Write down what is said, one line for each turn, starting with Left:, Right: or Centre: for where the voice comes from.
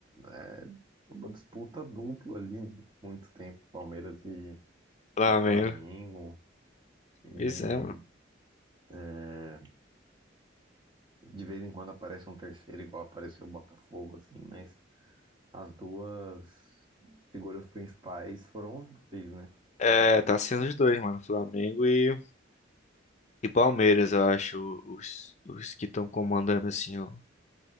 Right: é, uma disputa dupla ali, né, por muito tempo, Palmeiras e,
Left: Flamengo.
Right: e Flamengo, e
Left: Pois é, mano.
Right: é, de vez em quando aparece um terceiro, igual apareceu o Botafogo, assim, mas as duas figuras principais foram os dois, né?
Left: É, tá sendo os dois, mano. Flamengo e, e Palmeiras, eu acho. Os, os que estão comandando, assim, o